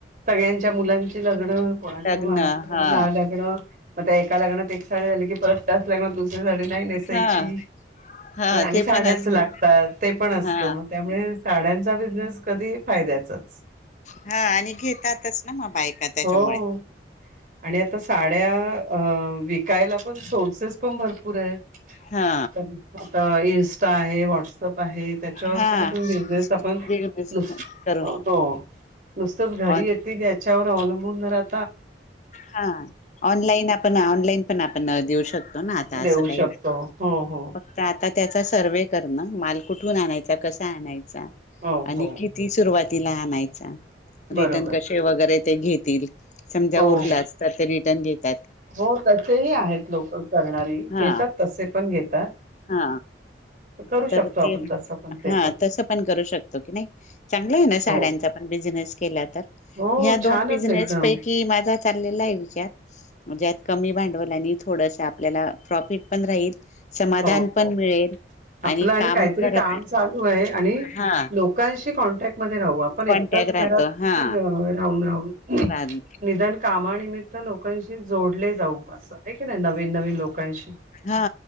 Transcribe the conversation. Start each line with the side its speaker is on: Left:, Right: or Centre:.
Right: सगळ्यांच्या मुलांची <unintelligible> ग कोणाच्या
Left: लग्न
Right: मात
Left: हा
Right: ना लागणं मग त्या एका लग्नात एक साडी झाली की परत त्याच लग्त दुसऱ्या साडी नाही त्याची
Left: हा हा
Right: पण आणि
Left: ते
Right: साड्याच
Left: असत
Right: लागतात ते पण असत
Left: हा
Right: त्यामुळे साड्यांच्या बिझनेस कधी फायद्याचच
Left: हा आणि घेतातच ना म बायका
Right: हो
Left: त्याच्यामुळे
Right: आणि आता साड्या विकायला पण सोर्सेस पण भरपूर आहेत
Left: हा
Right: च आता <unintelligible> स्टा आहे व्हॉट्सअप <unintelligible> त्याच्यावर
Left: हा
Right: सुद्धा पण बिझनेस आपण
Left: करून
Right: <unintelligible> नुसतच घरी
Left: ऑन
Right: येतील च्या वर अवलंबून घरात
Left: हा ऑनलाईन आपण ऑनलाईन पण आपण देऊ शो. <unintelligible> आता
Right: देऊ
Left: अस का
Right: शकतो हो हो
Left: फक्त आता त्याचा सर्व करण <unintelligible> कुठून आणायचा कस आणायच. चा
Right: हो
Left: आणि
Right: हो
Left: किती सुरवात तिला आणायचा.
Right: बरोबर
Left: रिटर्न कसे वगैरे ते घेतील. समजा
Right: हो
Left: उरला
Right: हो
Left: अस तर तरी <unintelligible>
Right: हो तसेही आहेत लोक करणारी
Left: हा
Right: घेतात तसे पण घेतात.
Left: हा
Right: करू
Left: तर
Right: शकतो आपण
Left: ते
Right: तसं पण ते
Left: हा तस पण करू शकतो की नाही चांगलं आहे ना साड्यांचा
Right: हो हो
Left: पण बिझनेस केला तर.
Right: हो
Left: ह्या दोन
Right: छानच
Left: बिझनेस
Right: एकदम
Left: पैकी माझा चाललेला आहे विचार म्हणजेत कमी भांडवल्याने थोडस आपल्याला प्रॉफिट पण राहील. समाधान
Right: हो हो
Left: पण मिळेल
Right: आपलं आणि
Left: काम
Right: काहीतरी
Left: घरात
Right: काम चालू आहे. आणि
Left: हा
Right: लोकांशी कॉन्टॅक्ट मध्ये राहू आपण एकटंच
Left: कॉन्टॅक्ट राहतो
Right: घरात किती
Left: हा
Right: अ राहू <unintelligible>
Left: राह
Right: निधान कामा निमित तर लोकांशी जोडले जाऊ असं, एखाद्याला लावू नवीन लोकांशी
Left: हा.